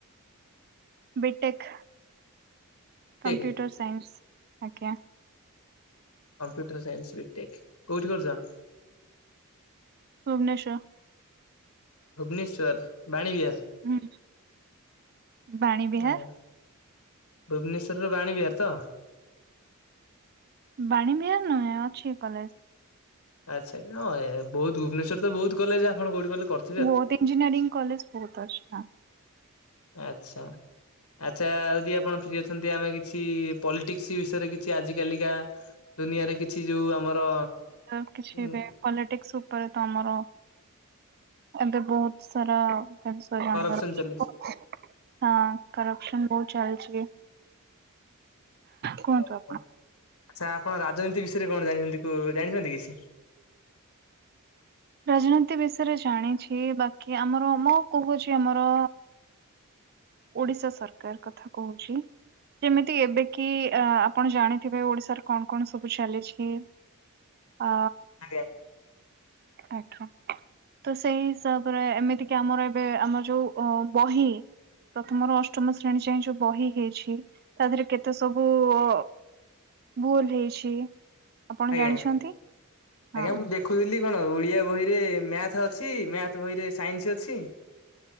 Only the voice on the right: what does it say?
B tech
computer science ଆଜ୍ଞା।
ଭୁବନେଶ୍ୱର।
ହୁଁ। ବାଣୀ ବିହାର
ବାଣୀବିହାର ନୁହେଁ ଅଛି କଲେଜ।
ବହୁତ ଇଞ୍ଜିନିୟରିଂ କଲେଜ ବହୁତ ଅଛି ହଁ।
ତ କିଛି
ଏବେ ପଲିଟିକ୍ସ ଉପରେ ତ ଆମର ଏବେ ବହୁତ ସାରା <unintelligible> <unintelligible> ଜାଣିବାର
<inaudible>
ହଁ କରପ୍ସନ ବହୁତ ଚାଲଚି। କୁହନ୍ତୁ
ଆପଣ।
ରାଜନୀତି ବିଷୟରେ ଜାଣିଛି ବାକି ଆମର ମୁଁ କହୁଛି ଆମର ଓଡ଼ିଶା ସରକାର କଥା କହୁଛି। ଯେମିତି ଏବେ କି ଅ ଆପଣ ଜାଣିଥିବେ ଓଡ଼ିଶାରେ କଣ କଣ ସବୁ ଚାଲିଛି। ଅ
ଆଜ୍ଞା। ତ ସେଇ ହିସାବରେ ଏମିତିକି ଆମର ଏବେ ଆମର ଯୋଉ ଅ ବହି ପ୍ରଥମରୁ ଅଷ୍ଟମ ଶ୍ରେଣୀ ଯାଏ ଯୋଉ ବହି ହେଇଛି ତା ଦେହରେ କେତେ ସବୁ ଅ ଭୁଲ୍ ହେଇଛି। ଆପଣ
ଜାଣିଛନ୍ତି ହଁ